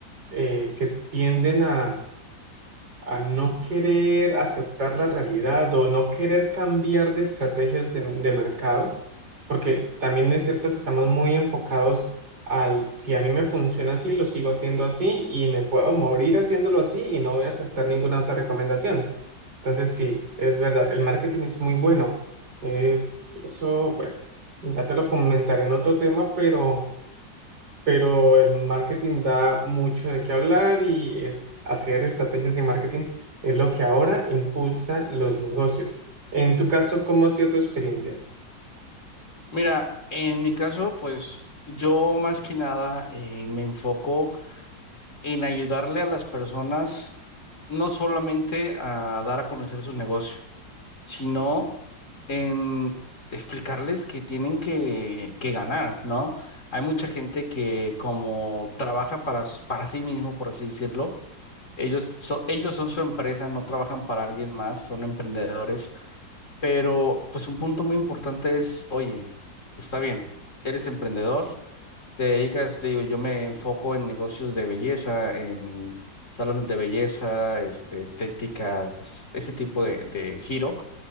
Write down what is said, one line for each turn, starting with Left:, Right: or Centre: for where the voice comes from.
Right: eh, que tienden a a no querer aceptar la realidad o no querer cambiar de estrategias de, de mercado, porque también es cierto que estamos muy enfocados al si a mí me funciona así, lo sigo haciendo así y me puedo morir haciéndolo así y no voy a aceptar ninguna otra recomendación. Entonces, sí, es verdad, el marketing es muy bueno. Es eso, bueno, ya te lo comentaré en otro tema, pero pero el marketing da mucho de qué hablar y es hacer estrategias de marketing es lo que ahora impulsa los negocios. En tu caso, ¿cómo ha sido tu experiencia?
Left: Mira, en mi caso, pues yo más que nada eh, me enfoco en ayudarle a las personas no solamente a dar a conocer su negocio, sino en explicarles que tienen que, que ganar, ¿no? Hay mucha gente que como trabaja para, s- para sí mismo, por así decirlo, ellos, so- ellos son su empresa, no trabajan para alguien más, son emprendedores, pero pues un punto muy importante es, oye, está bien, eres emprendedor te dedicas, te digo, yo me enfoco en negocios de belleza, en salones de belleza, este, estéticas, ese tipo de, de giro.